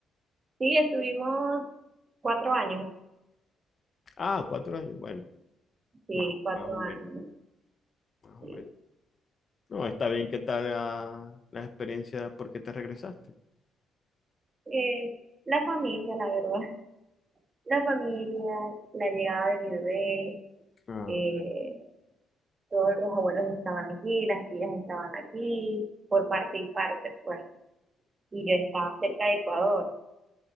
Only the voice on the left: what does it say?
Ah, cuatro años. Bueno,
más, más
o menos,
más o
menos. No, está bien. ¿Qué tal la, la experiencia? ¿Por qué te regresaste?
Ah,